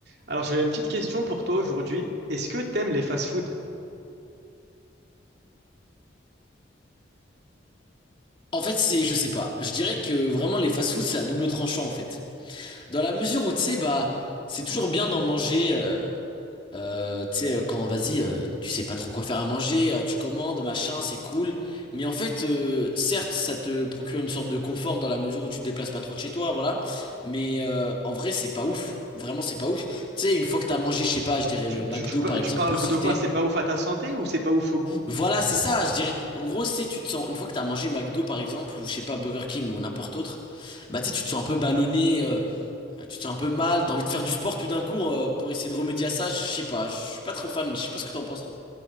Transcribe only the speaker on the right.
Alors, j'avais une petite question pour toi aujourd'hui. Est-ce que t'aimes les fast-food?
Tu,
tu- tu pa-
tu parles
de
quoi? C'est pas ouf à ta santé ou c'est pas ouf au goût?